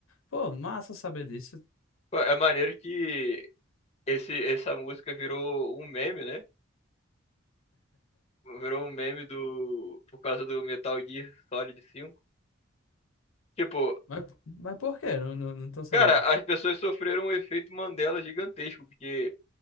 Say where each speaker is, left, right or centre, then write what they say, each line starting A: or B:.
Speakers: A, on the left; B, on the left.
A: Pô, massa saber disso.
B: Pô, É maneiro que esse, essa música virou um meme, né? Virou um meme do. Por causa do Metal Gear Solid cinco Tipo,
A: Mas, mas por quê? Não, não, não tô sabendo.
B: cara, as pessoas sofreram um efeito Mandela gigantesco, porque